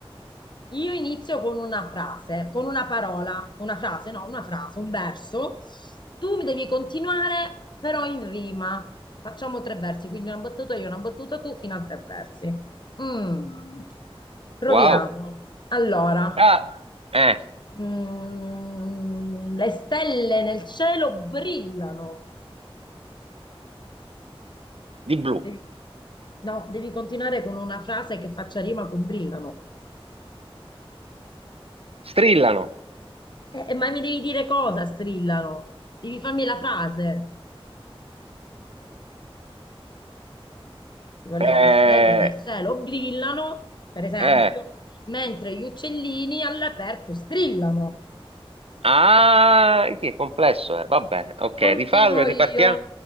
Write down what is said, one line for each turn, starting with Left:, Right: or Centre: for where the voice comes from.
Left: io inizio con una frase, con una parola, una frase, no, una frase, un verso. Tu mi devi continuare, però in rima. Facciamo tre versi, quindi una battuta io, una battuta tu, fino a tre versi. Mm. Proviamo.
Right: wow.
Left: Allora,
Right: Ah, eh,
Left: mm, le stelle nel cielo brillano.
Right: di blu.
Left: Devi- no, devi continuare con una frase che faccia rima con brillano.
Right: Strillano.
Left: Eh, eh, ma mi devi dire cosa strillano? Devi farmi la frase. Tipo le,
Right: Eh,
Left: le stelle nel cielo brillano, per esempio,
Right: eh.
Left: mentre gli uccellini all'aperto strillano.
Right: Ah, che è complesso, eh. Va bene, ok,
Left: Continuo
Right: rifallo e ripartiamo.
Left: io.